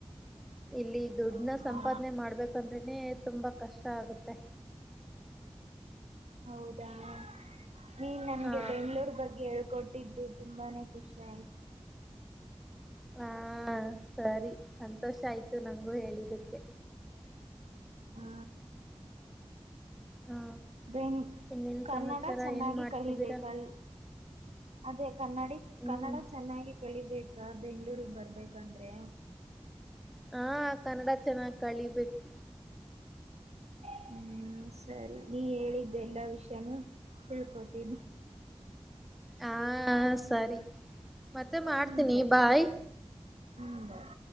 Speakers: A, in the centre; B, on the right (about 80°).
A: ಇಲ್ಲಿ ದುಡ್ನ
B: ಹೌದಾ
A: ಸಂಪಾದನೆ ಮಾಡ್ಬೇಕು ಬಂದ್ರನೇ ತುಂಬಾ ಕಷ್ಟ ಆಗುತ್ತೆ
B: ಹೌದಣ್ಣ ನೀನ್ ನನ್ಗೆ
A: ಹ
B: ಬೆಂಗ್ಳೂರ್ ಬಗ್ಗೆ ಹೇಳ್ಕೊಟ್ ಬಿಟ್ಟಿದ್ದು ತುಂಬಾನೇ ಖುಷಿ ಆಾಯ್ತು
A: ಹಾ ಸರಿ ಸಂತೋಷ ಆಯ್ತು ನಂಗಂಗೂ ಹೇಳಿದ್ದಕ್ಕೆ
B: ಹಾ
A: ಹಾ
B: ಬೆಂಗ
A: ಇನ್ನೇನ್
B: ಕನ್ನಡ
A: ಸಮಾಚಾರ
B: ಚೆನ್ನಾಗಿ
A: ಏನ್ ಮಾಡ್ತಿದ್ದೀರಾ
B: ಕಲಿೀಬೇಕಲ್ ಅದೇ ಕನ್ನಡಿ
A: ಹ್ಮ್
B: ಕನ್ನಡ ಚೆನ್ನಾಗಿ ಕಲಿಬೇಕ್ ಅ ಬೆಂಗಗಳೂಗ್ ಬರ್ಬೇಕಂದ್ರೆ
A: ಹಾ ಕನ್ನಡ ಚೆನ್ನಾಗಾಗಿ ಕಳಿಬೇಕು
B: ಹ್ಮ್ ಸರಿ ನೀ ಹೇಳಿದ್ದೆ ಎಲ್ಲಾ ವಿಷಯಾನೂ ತಿಳ್ಕೋತೀನಿ
A: ಹಾ ಸರಿ ಮತ್ತೆ ಮಾಡ್ತೀನಿ
B: ಹ್ಮ್ ಸರಿ
A: ಬಾಯ್
B: ಹ್ಮ್ ಬಾಯ್